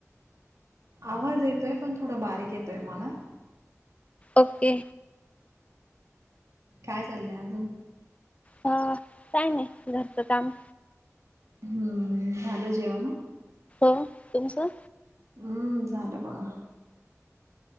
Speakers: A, on the right; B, on the left.
A: आवाज येतोय पण थोडं बारीक येतोय मला.
B: ओके.
A: काय चालंय अजून.?
B: ह काय नाही घरचं काम.
A: हम्म. झाल जेवन.
B: झाल. तुमचं?
A: हम्म झालं बघा.